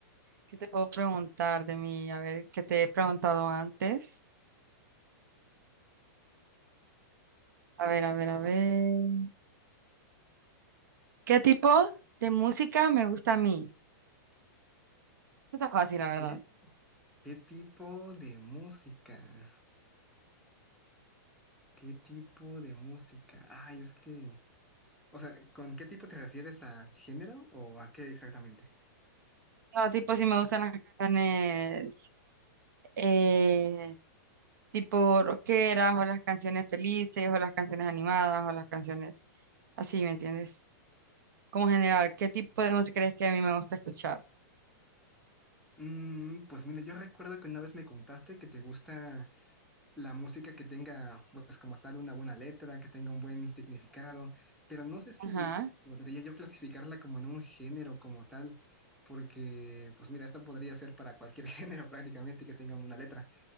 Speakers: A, on the right; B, in the centre.
A: ¿qué te puedo preguntar de mí? A ver, ¿qué te he preguntado antes? A ver, a ver, a ver. ¿Qué tipo de música me gusta a mí? Esto Está fácil, la verdad.
B: ¿Qué, qué tipo de música? ¿Qué tipo de música? Ay, es que... O sea, ¿con qué tipo te refieres a género o a qué exactamente?
A: No, tipo, si me gustan las canciones eh, tipo rockeras, o las canciones felices, o las canciones animadas, o las canciones así, ¿me entiendes? Como general, ¿qué tipo de música crees que a mí me gusta escuchar?
B: Mm, pues mira, yo recuerdo que una vez me contaste que te gusta la música que tenga, pues como tal, una buena letra, que tenga un buen significado, pero no sé si
A: Ajá.
B: podría yo clasificarla como en un género como tal, porque, pues mira, esto podría ser para cualquier <laughs> género prácticamente que tenga una letra,